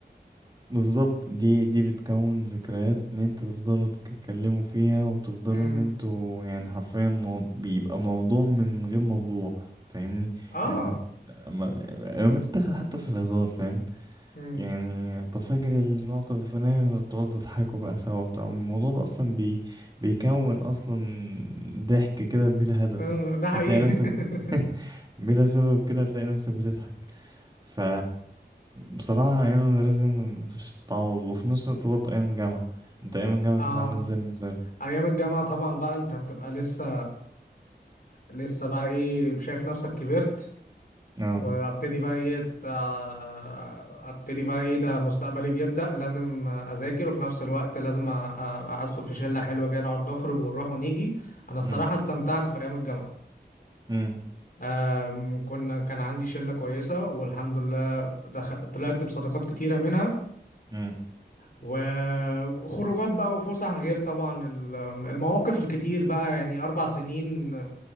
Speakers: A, on the right; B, on the left.
A: بالظبط دي دي بتكون ذكريات ان انت تفضلوا تتكلموا فيها وتفضلوا
B: امم
A: ان انتوا يعني حرفيا مو... بيبقى موضوع من غير موضوع فاهمني
B: اه
A: لما لما لما تتاخد حتى في الهزار فاهم
B: امم
A: يعني طب فاكر الموقف الفلاني تقعدوا تضحكوا بقى سوا بتاع الموضوع ده اصلا بي... بيكون اصلا ضحك كده بلا
B: <laughs>
A: هدف
B: آه، ده حقيقي
A: هتلاقي نفسك
B: <laughs>
A: <laughs> بلا سبب كده هتلاقي نفسك بتضحك ف بصراحة أيام المدرسة دي مفيش تتعوض وفي نفس الوقت برضه أيام الجامعة أنت أيام الجامعة
B: اه
A: كانت عاملة إزاي بالنسبة لك؟
B: ايام الجامعة طبعا بقى انت بتبقى لسه لسه بقى ايه شايف نفسك كبرت
A: أه
B: وابتدي بقى ايه آه، ابتدي بقى ايه ده مستقبلي بيبدأ لازم اذاكر وفي نفس الوقت لازم أ- أ- ادخل في شلة حلوة كده نقعد نخرج ونروح ونيجي انا الصراحة
A: أمم،
B: استمتعت في ايام الجامعة
A: أمم،
B: آم، كنا كان عندي شلة كويسة والحمد لله دخ... طلعت بصداقات كتيرة منها
A: أمم.
B: وخروجات بقى وفسح غير طبعا ال- المواقف الكتير بقى يعني أربع سنين